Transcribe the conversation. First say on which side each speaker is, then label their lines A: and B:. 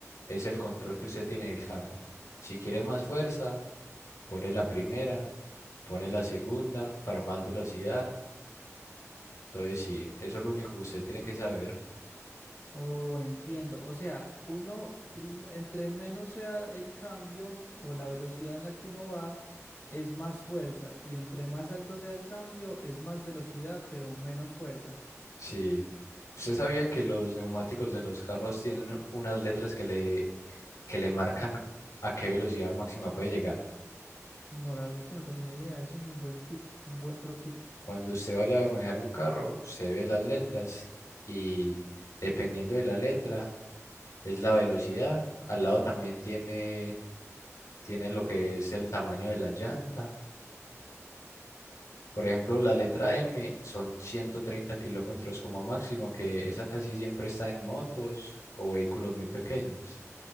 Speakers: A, on the left; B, on the left.
A: es el control que usted tiene del carro. Si quiere más fuerza, pone la primera, pone la segunda para más velocidad. Entonces sí, eso es lo único que usted tiene que saber.
B: Oh, entiendo. O sea, uno prim- entre menos sea el cambio o la velocidad en la que uno va, es más fuerza. Y entre más alto sea el cambio, es más velocidad, pero menos fuerza.
A: Si usted sabía que los neumáticos de los carros tienen unas letras que le, que le marcan a qué velocidad máxima puede llegar.
B: No, la verdad es que no tenía ni idea. Ese es un buen tip, un buen pro tip.
A: Cuando usted vaya a manejar un carro, usted ve las letras y dependiendo de la letra es la velocidad. Al lado también tiene, tiene lo que es el tamaño de la llanta. Por ejemplo, la letra M son 130 kilómetros como máximo, que esa casi siempre está en motos o vehículos muy pequeños.